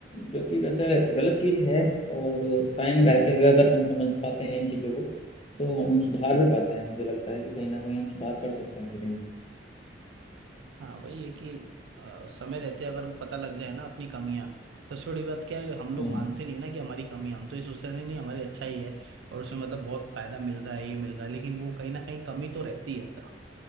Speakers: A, on the left (about 30°); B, on the right (about 75°).
A: जो कि वैसे गलत चीज़ है और टाइम रहते हुए अगर हम समझ पाते हैं इन चीज़ों को तो हम सुधार भी पाते हैं मुझे लगता है कि कहीं ना कहीं हम सुधार कर सकते हैं फिर इनमें
B: हाँ वही है कि अ, समय रहते अगर वो पता लग जाए ना अपनी कमियां सबसे बड़ी बात क्या है हम लोग
A: हम्म,
B: मानते नहीं ना कि हमारी कमी है, हम तो ये सोचते हैं, नहीं नहीं हमारी अच्छा ही है और उसमें मतलब बहुत फायदा मिल रहा है ये मिल रहा है लेकिन वो कहीं ना कहीं कमी तो रहती है सर